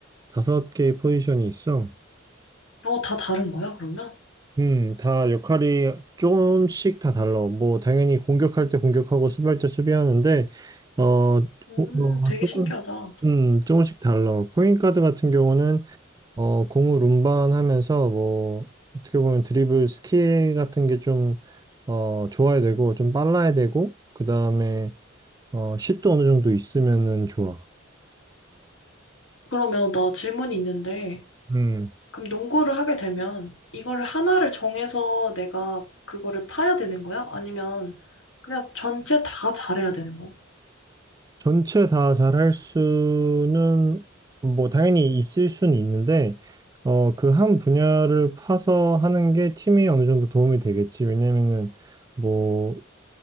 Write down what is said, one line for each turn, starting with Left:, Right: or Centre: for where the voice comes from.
Right: 다섯 개의 포지션이 있어.
Left: 응. 어, 다 다른 거야, 그러면?
Right: 음, 다 역할이 조금씩 다 달라. 뭐 당연히 공격할 때 공격하고 수비할 때 수비하는데 어,
Left: 음,
Right: 고-
Left: 되게
Right: 어, 조금
Left: 신기하다.
Right: 음, 조금씩 달라. 포인트 가드 같은 경우는 어, 공을 운반하면서 뭐 어떻게 보면 드리블 스킬 같은 게 좀 어, 좋아야 되고 좀 빨라야 되고 그다음에 어, 슛도 어느 정도 있으면은 좋아.
Left: 그러면 나 질문이 있는데,
Right: 음.
Left: 그럼 농구를 하게 되면, 이거를 하나를 정해서 내가 그거를 파야 되는 거야? 아니면, 그냥 전체 다 잘해야 되는 거야?
Right: 전체 다 잘할 수는 뭐 당연히 있을 수는 있는데 어, 그 한 분야를 파서 하는 게 팀에 어느 정도 도움이 되겠지. 왜냐면은 뭐